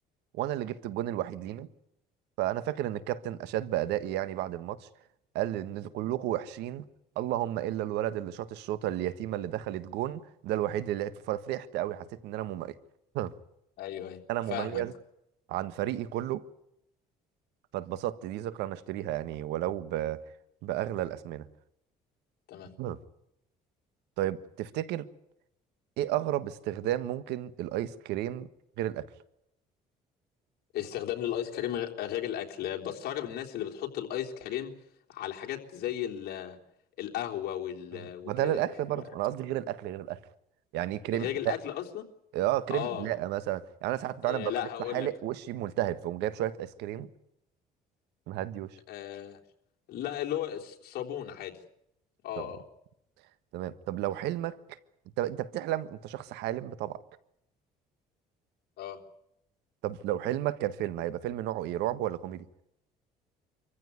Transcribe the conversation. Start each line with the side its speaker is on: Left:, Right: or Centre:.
Right: وانا اللي جبت الجون الوحيد لينا فانا فاكر ان الكابتن اشاد بادائي يعني بعد الماتش قال ان كلكم وحشين اللهم الا الولد اللي شاط الشوطه اليتيمه اللي دخلت جون ده الوحيد اللي لعب ففرحت قوي حسيت ان انا مميز <clears throat>
Left: ايوه
Right: <laughs>
Left: ايوه
Right: انا
Left: فاهمك
Right: مميز عن فريقي كله فاتبسطت دي ذكرى انا اشتريها يعني ولو ب... باغلى الاسمنه
Left: تمام
Right: آه. طيب تفتكر ايه اغرب استخدام ممكن الايس كريم غير الاكل
Left: استخدام للايس كريم غ- غير الاكل بستغرب الناس اللي بتحط الايس كريم على حاجات زي ال- القهوه وال...
Right: آه.
Left: وكده
Right: ما ده للاكل
Left: يعني
Right: برضه
Left: بقى
Right: انا قصدي غير الاكل غير الاكل يعني كريم
Left: غير
Right: حلاقه
Left: الاكل اصلا
Right: اه كريم
Left: اه
Right: حلاقه مثلا يعني انا ساعات فعلا
Left: آه،
Right: ببقى
Left: لا هقول
Right: لسه حالق
Left: لك
Right: وشي ملتهب فاقوم جايب شويه ايس كريم مهدي وشي
Left: آه لا اللي هو ص- صابون عادي اه
Right: طب
Left: اه
Right: تمام طب لو حلمك انت انت بتحلم انت شخص حالم بطبعك
Left: اه
Right: طب لو حلمك كان فيلم هيبقى فيلم نوعه ايه رعب ولا كوميدي